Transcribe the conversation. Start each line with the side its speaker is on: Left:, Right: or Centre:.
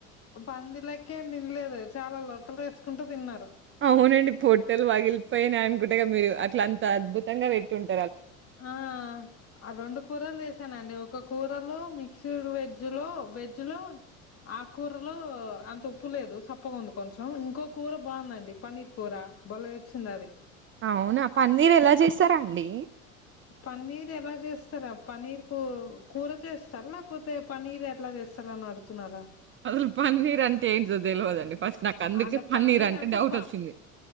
Left: పంది లెక్కేం తినలేదు చాలా లొట్టలు వేసుకుంటూ తిన్నారు
Right: అవునండి పొట్టలు పగిలిపోయినాయి అనుకుంటేగా మీరు అట్లా అంత అద్భుతంగా పెట్టుంట
Left: ఆ ఆ రెండు కూరలు వేశానండి ఒక కూరలో మిక్సిడ్ వెజ్ లో వెజ్ లో ఆ కూరలో అంత ఉప్పు లేదు సప్పగా ఉంది కొంచెం ఇంకో కూర బాగుందండి పన్నీర్ కూర బల వచ్చింది అది
Right: అవునా పన్నీరు ఎలా చేశారా అండి
Left: పన్నీర్ ఎలా చేస్తారా పన్నీర్ కు కూర చేస్తారా లేకపోతే పన్నీర్ ఎట్లా చేస్తార అని అడుతున్నారా
Right: అసలు పన్నీర్ అంటే ఏంటిదో తెలవదండి ఫస్ట్ నాకందుకే
Left: అంటే
Right: పన్నీర్
Left: పనీరు అంటే
Right: డౌటొచ్చింది.
Left: పా